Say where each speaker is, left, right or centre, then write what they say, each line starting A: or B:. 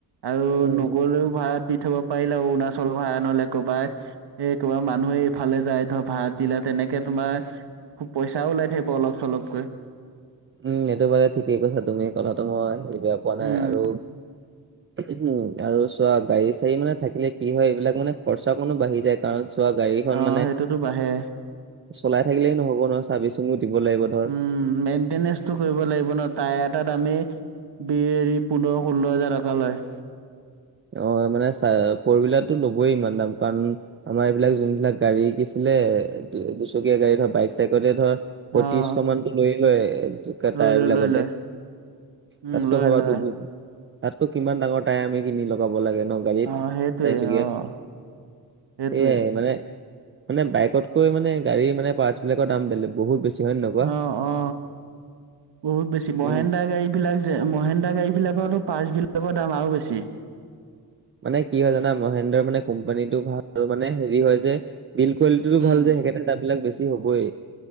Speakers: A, on the right (about 90°); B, on the right (about 30°).
A: আৰু
B: উম,
A: নগলেও ভাড়াত দি থব পাৰিলে অৰুণাচলৰ ভাড়া নহ'লে কৰবাত। এ তোমাৰ মানুহে এইফালে যায় ধৰা ভাড়া দিলা তেনেকে তোমাৰ খুব পইচাও উলাই। থাকিব অলপ চলপকৈ।
B: উম এইটো বাৰু ঠিকেই কৈছা তুমি কথাটো মই হেৰি বেয়া পোৱা নাই
A: উম,
B: আৰু উহুম আৰু চোৱা গাড়ী চাড়ী মানে থাকিলে কি হয় এইবিলাক মানে খৰচা কণো বাঢ়ি যায় কাৰণ চ, চোৱা গাড়ীখন
A: অ',
B: মানে
A: সেইটোতো বাঢ়ে।
B: চলাই থাকিলেই নহ'ব নহয় চাৰ্ভিচিংও দিব লাগিব। ধৰ।
A: উম মেইনটেনেচটো কৰিব লাগিব ন, তায়াৰ এটা দাম, দামে বি এৰি পোন্ধৰ- ষোল্ল হাজাৰ টকা লয়।
B: অ মানে ছাই পৰবিলাকতু ল'বই ইমান দাম কাৰণ আমাৰ এইবিলাক যোনবিলাক গাড়ী শিকিছিলে দুচকীয়া গাড়ী ধৰ বাইক - চাইকতে ধৰ পঁয়ত্ৰিছশ
A: অ',
B: মানটো লৈয়ে লয় এপতোত।
A: লৈ
B: টাইবিলাকতে
A: লয়, লৈ লয়। উম,
B: তাতকে
A: লয়,
B: ভবা
A: লয়।
B: দুগুণ। তাতকৈ কিমান ডাঙৰ টায়াৰ আমি কিনি লগাব লাগে ন? গাড়ীত
A: অ', সেইটোৱে
B: চাই চুকীয়াত
A: অ', সেইটোৱে।
B: সেয়াই মানে? মানে বাইকতকৈ মানে গাড়ী মানে পাৰটছবিলাকৰ দাম বেলেগ বহুত বেছি। হয় নে নহয় কোৱা?
A: অ, অ বহুত বেছি, মহেন্দা
B: উম।
A: গাড়ীবিলাক যে। মহেন্দ্ৰা গাড়ী বিলাকৰতো পাটৰ্চবিলাকৰ দাম আৰু বেছি।
B: মানে কি হয় জানা মহেন্দ্ৰৰ মানে কোম্পানীটো ভাল আৰু মানে হেৰি হয় যে। বিল কোৱালিটিও
A: উম,
B: ভাল যে সেই কাৰণে দাম বিলাক বেছি হ'বই।